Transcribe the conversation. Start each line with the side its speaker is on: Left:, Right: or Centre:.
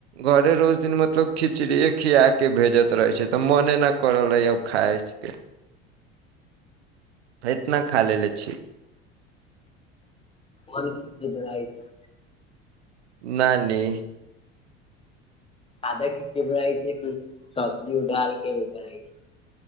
Right: घरे रोज दिन मतलब खिचड़िए खिया कऽ भेजैत रहैत छै तऽ मोने नहि करल रहै आब खाइतके इतना खा लेलेे छी
Left: अन खिची देड़ छै
Right: नानी
Left: आदा खिचड़ी बनाय छै कि सब्जी उ डाल के बनाय छै